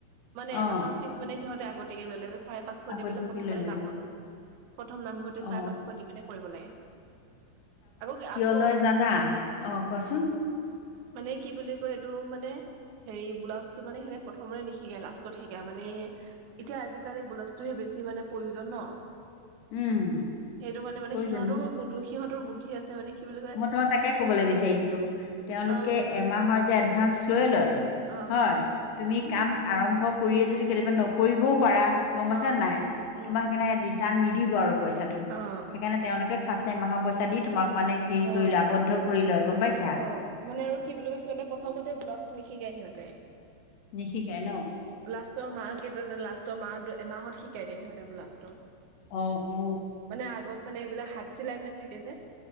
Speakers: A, on the right; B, on the left.
A: মানে
B: অ
A: এমাহৰ ফিজ মানে সিহঁতে আগতকে ললে চাৰে। পাঁচশ
B: আগতীয়াকে
A: দি পেলাই প্ৰথমবাৰে
B: লৈ লয়
A: নামভৰ। প্ৰথম নামভৰ্তি চাৰে
B: অ
A: পাঁচশ দি পিনে কৰিব লাগে আকৌ।
B: তলয় জানা অ কোৱাচোন।
A: মানে কি বুলি কয় এইটো মানে। হেৰি ব্লাউজ টো মানে সিহতে প্ৰথমতে নিশিকায় লাষ্টত শিকায় মানে। এতিয়া আজিকালি বোলাচটোহে বেছি মানে প্ৰয়োজন ন।
B: উম
A: সেইটো কাৰণে মানে
B: প্ৰয়োজনী
A: সিহঁতৰ বু সিহঁতৰ বুদ্ধি আছে মানে। কি বুলি কয়
B: মই তোমাক তাকে কবলৈ বিচাৰিছিলো তেওঁলোকে
A: অ অ
B: এমাহৰ যে এডভাস লৈ লয়।
A: অ
B: হয় তুমি
A: উম উম
B: কাম আৰম্ভ কৰিয়ে যদি কেতিয়াবা নকৰিবও পাৰা। গম পাইছে
A: অ
B: নাই
A: উম
B: তোমাক সেইকাৰণে ৰিটাৰ্ণ নিদিব আৰু পইচাটো
A: অ
B: সেইকাৰণে। তেওঁলোকে ফাৰ্ষ্ট টাইম মৰইচা দি তোমাক মানে হেৰি
A: অ
B: কৰি লয় আৱদ্ধ কৰি লয় গম পাইছ।
A: অ মানে আৰু কি বুলি কয় সিহঁতে প্ৰথমতে ব্লাউজ নিশিকায় সিহঁতে।
B: নিশিকায় ন।
A: লাষ্টৰ মা কেইটা লাষ্টৰ মাহ মাহত শিকাই দে সিহঁতে লাষ্টৰ।
B: অ অ।
A: মানে আগত মানে এইবিলাক হাত চিলাইবিলাক থাকে যে।